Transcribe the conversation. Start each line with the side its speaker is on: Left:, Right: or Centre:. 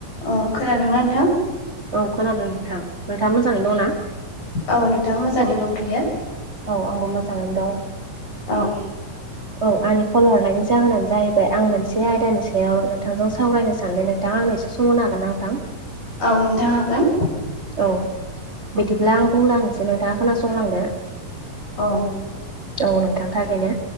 Left: अ खोनादोंना नोंथां।
Right: औ खोनादों नोंथां नोंथाङा मोजाङै दं ना?
Left: औ नोंथां मोजाङैनो दंथ'यो
Right: औ आंबो मोजाङैनो दं।
Left: औ
Right: औ आंनि कल हरनायनि जाहोनानो जाहैबाय आं मोनसे आयदानि सायाव नोंथांजों सावरायनो साननानै नोंथां आंनो एसे सम सम होनो हागोन ना नोंथां?
Left: औ नोंथां हागोन।
Right: औ बिदिब्ला आं बुंलांसै नोंथाङा खोनासंलांदो।
Left: औ
Right: औ नोंथां थारैनो